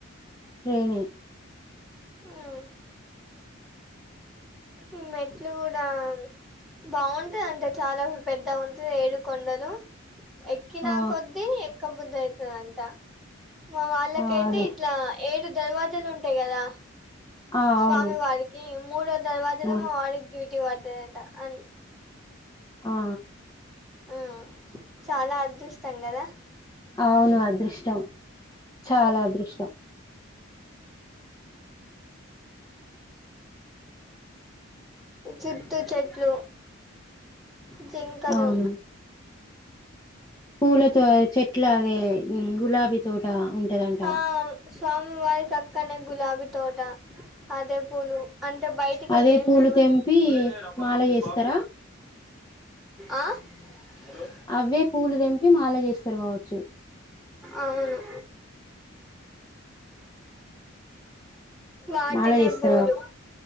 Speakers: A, on the left (about 20°); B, in the centre.
A: ట్రైనే
B: ఉమ్ ఈ మెట్లు కూడా బాగుంటది అంటే చాల పెద్ద ఉంటది ఏడు కొొండలు ఎక్కినా
A: ఆ
B: కొద్ది ఎక్ ఎక్క బుద్ధి అయితది అయితది అంట మా వాళ్ళకైతే
A: ఆ అదే
B: ఇట్లా ఏడు దర్వాజలు ఉంటయి కదా
A: ఆ
B: స్వామి
A: అవును
B: వారికి మూడో దర్వాజలో
A: ఆ
B: మా వారికి డ్యూట్ టి వాదద అ
A: ఆ
B: ఆ చాలా అదృష్ట ఇస్తాం కదా
A: అవును అదృష్టం చాలా అదృష్టం
B: చట్ చెట్లు జికలు
A: అవును పూలతో చెట్ల పే గులాబీ తోట ఉంటదంట
B: ఆ స్వామి వారికి అక్కనే గులాబీ తోట అదేపూలు అంటే బయటికి వెళ్ళంది
A: అదే పూలు
B: ఎవరమ్
A: తెంపి మాల
B: మీ
A: చేస్తారా
B: బా ఆ హలో
A: అవే పూలు తెంపి మాల చేస్తా తర్వాచ్చు
B: అవును వాటినే
A: మాలా చేస్తారు
B: పూలు
A: బబ